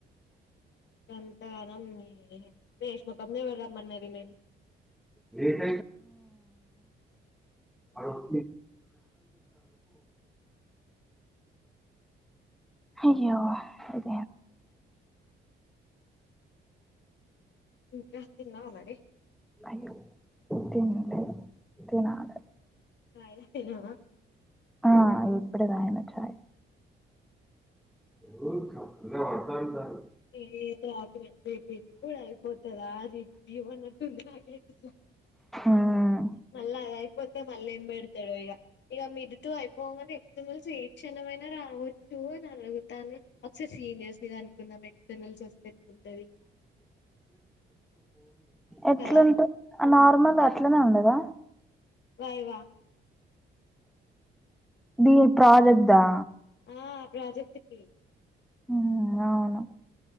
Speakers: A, on the left; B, in the centre.
A: గధారం ఏ రేష్మ క ఎవరమ్మానరిమేను
B: లేట్ <unintelligible> హయ్యో హు
A: ఇంకేం తిన్నావా మరీ
B: అయ్యో తింటి తినాలి
A: చాయ్ తాగినావ
B: ఆ ఇప్పుడే తాగినా చాయి <inaudible>
A: ఏదోక రేపు ఎప్పుడు అయిపోతుందా రే ఇవ్వ న్నట్టుంది నాకైతే
B: మ్మ్.
A: మళ్ళాఅద పోతే మళ్ళీ ఏం పెడతాడో ఇక ఇక మిడ్ టూ అయిపోగానే ఎక్స్టర్నల్స్ ఈ క్షణమైనా రావచ్చు అని అడుగుతాను ఒకసారి సీనియర్స్ ని కనుక్కుందామే రిజల్ట్స్ వస్తే ఎప్పుడూ
B: ఎట్లున్ట్రు
A: కదా
B: నార్మల్ అట్లనే ఉండదా
A: రాయవా
B: దీ ప్రాజెక్టు దా
A: ఆ ప్రాజెక్ట్కి
B: హ్మ్ అవును